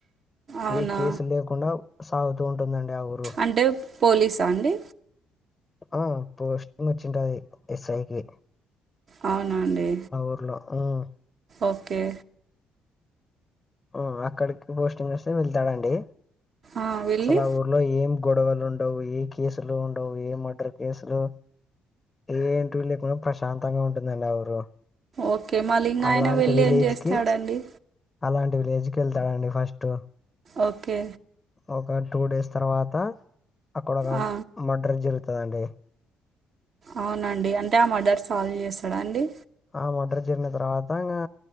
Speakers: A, on the right (about 50°); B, on the left (about 25°).
A: అవునా
B: ఏ కేసు లేక కుండా సాగుతు ఉంటుందండీ ఆ ఊరు
A: అంటే పోలీస్ సా అండి
B: ఆ పోస్టింగ్ వచ్చింటాది ఎస్ఐ కీ
A: అవున అండి
B: ఊర్లో ఉమ్
A: ఒకే
B: ఉ అకాడ్కి పోస్టింగ్ వస్తే వెళ్తడండీ
A: ఆ వెళ్ళి
B: అసల్ ఆ ఊరు లో ఏం గొడవలు ఉండవు ఏ కేసులు ఉండవు ఏ మర్డర్ కేసులు ఏ ఇంటూ లేకుండ ప్రశాంతంగా ఉంటుందండి ఆ ఊరు
A: ఓకే మళ్ళీ ఇంగ
B: అలాంటి
A: ఆయన వెళ్లి
B: విలేజ్
A: ఏం చేస్తాడండి
B: కి అలాంటి విలేజ్కెల్తడండి ఫస్ట్
A: ఒకే
B: ఒక టూ డేస్ తర్వాత అక్కడ ఒక
A: ఆ
B: మర్డర్ జరుగుతదండి
A: అవున అండి అంటే ఆ మర్డర్ సాల్వ్ చేస్తడా అండి
B: ఆ మర్డర్ జరిగిన తర్వాత ఇంగా